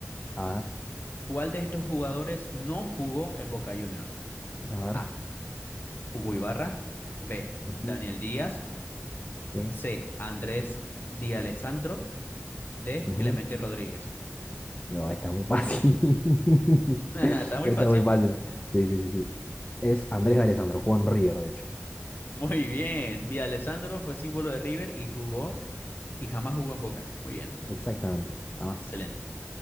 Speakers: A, on the left; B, on the left.
A: A
B: ¿Cuál de estos jugadores no jugó en Boca Juniors?
A: ver, a ver.
B: A. Hugo Ibarra. B.
A: Ujú,
B: Daniel Díaz.
A: Sí.
B: C. Andrés Di Alessandro. D.
A: ujú.
B: Clemente Rodríguez.
A: No, está muy fácil. <laughs>
B: <laughs> Está muy
A: Está
B: fácil.
A: muy fácil. Sí, sí, sí, sí. Es Andrés Alessandro, jugó en River, de hecho.
B: Muy bien. Di Alessandro fue símbolo de River y jugó y jamás jugó en Boca. Muy bien.
A: Exactamente. Nada más.
B: Excelente.